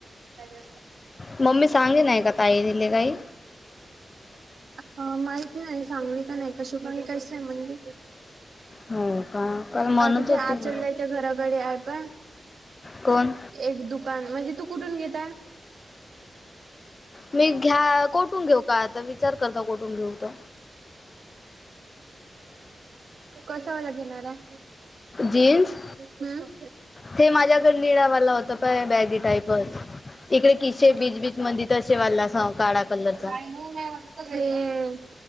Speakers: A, on the right; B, on the left.
A: <inaudible>
B: मम्मी सांगे नाय का ताईले काई?
A: <inaudible> ह माहिती नाही सांगली का नाही का शुभांगी काहीच सांगनाय.
B: हो का काल म्हणत
A: अरे ते
B: होती
A: आचल
B: मला
A: ताईचे घराकडे आहेत.
B: कोण
A: एक दुकान म्हणजे तू कुठून घेतेय?
B: मी घ्या कोठून घेऊ काय आता विचार करता कुठून घेऊ ते.
A: कसा वर घेणारे?
B: जीन्स
A: हमं.
B: ते माझ्या पण निळा वाला होता प बॅगी टाईपच. इकडे किशे बीच बीच मदी तसे वाला साँग काढा. कलरच
A: ते